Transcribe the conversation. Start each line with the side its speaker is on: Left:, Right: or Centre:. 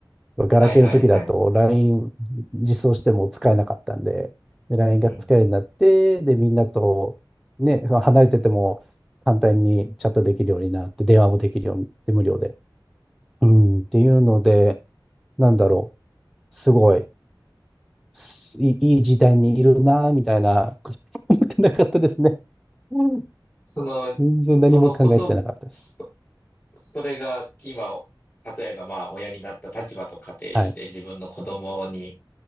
Centre: ガラケーの時だと
Left: はいはいはい。
Centre: LINE 実装しても使えなかったんで、で LINE
Left: うん。
Centre: が使えるようになって、で、みんなとね、離れてても簡単にチャットできるようになって、電話もできるようになって、無料で。うん、っていうので、なんだろう、すごい、すいい、い時代にいるな、みたいな、<laughs> 思ってなかったですね。うん
Left: その、
Centre: 全然何も考えてなかったです。
Left: そのこと、そ、それが今、例えばまあ親になった立場と仮定して自分の子供に
Centre: はい。